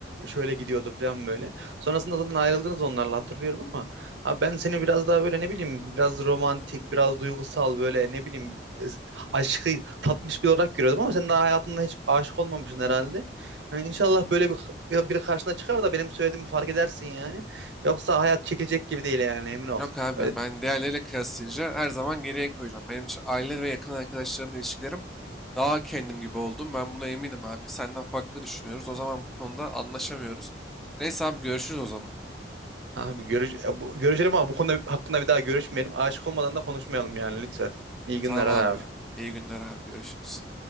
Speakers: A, on the right; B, in the centre.
A: şöyle gidiyordu falan böyle. Sonrasında zaten ayrıldınız onlarla hatırlıyorum ama abi ben seni biraz daha böyle ne bileyim biraz romantik biraz duygusal böyle ne bileyim e, aşkı tatmış bir olarak görüyordum ama sen daha hayatında hiç aşık olmamışsın herhalde. Yani inşallah böyle bir, bir biri karşına çıkar da benim söylediğimi fark edersin yani. Yoksa hayat çekecek gibi değil yani emin ol.
B: Yok abi
A: Öyle
B: ben diğerleriyle kıyaslayınca her zaman geriye koyacağım. Benim için aile ve yakın arkadaşlarımla ilişkilerim daha kendim gibi oldum. Ben buna eminim abi. Senden farklı düşünüyoruz. O zaman bu konuda anlaşamıyoruz. Neyse abi görüşürüz o zaman.
A: Abi görüş e, bu, görüşelim ama bu konuda hakkında bir daha görüşmeyelim. Aşık olmadan da konuşmayalım yani lütfen. İyi günler
B: Tamam
A: hadi
B: abi.
A: abi.
B: İyi günler abi. Görüşürüz.